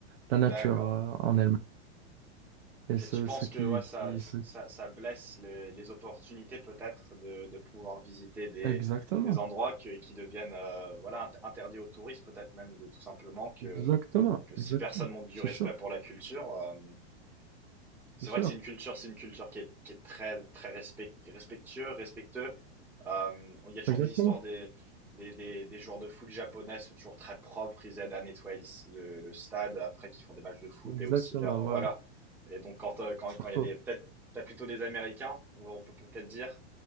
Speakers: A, on the right (about 65°); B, in the centre.
A: la nature
B: D'accord.
A: euh, en elle-même. Et ce,
B: Et tu penses
A: ce qui.
B: que ouais, ça, ça,
A: ce-
B: ça blesse le- les opportunités peut-être de, de pouvoir visiter des,
A: Exactement.
B: des endroits que- qui deviennent euh, voilà, int- interdits aux touristes, peut-être même de tout simplement que,
A: Exactement.
B: que
A: Exactement.
B: si personne montre du
A: C'est
B: respect
A: sûr.
B: pour la culture, euh, c'est
A: C'est sûr.
B: vrai que c'est une culture, c'est une culture qui est, qui est très, très respect, respectueux, respectueux, euh, il y a toujours
A: Exactement.
B: des histoires des, des, des, des joueurs de foot japonais sont toujours très propres, ils aident à nettoyer le, le- le stade après qu'ils font des matchs de foot
A: Exactement.
B: et aussi leur
A: Voilà.
B: voilà. Et donc quand euh, quand
A: Surtout.
B: quand il y a des peut-être peut-être plutôt des Américains, on, on peut peut-être dire